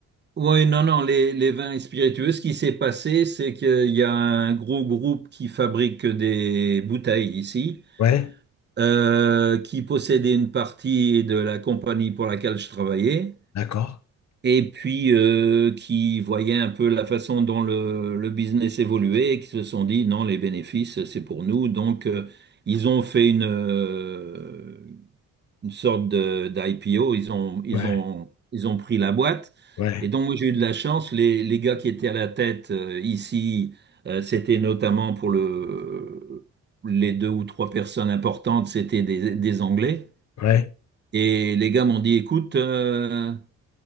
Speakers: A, on the right; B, on the left.
A: Oui, non, non, les, les vins et spiritueux, ce qui s'est passé, c'est qu'il y a un gros groupe qui fabrique des bouteilles ici,
B: Ouais,
A: euh, qui possédait une partie de la compagnie pour laquelle je travaillais,
B: d'accord.
A: et puis euh, qui voyait un peu la façon dont le, le business évoluait, et qui se sont dit, non, les bénéfices, c'est pour nous. Donc, euh, ils ont fait une, euh, une sorte de d'IPO. Ils ont, ils
B: Ouais,
A: ont, ils ont pris la boîte.
B: ouais,
A: Et donc, moi, j'ai eu de la chance. Les, les gars qui étaient à la tête euh, ici, euh, c'était notamment pour le, les deux ou trois personnes importantes, c'était des, des Anglais.
B: ouais,
A: Et les gars m'ont dit, écoute, euh,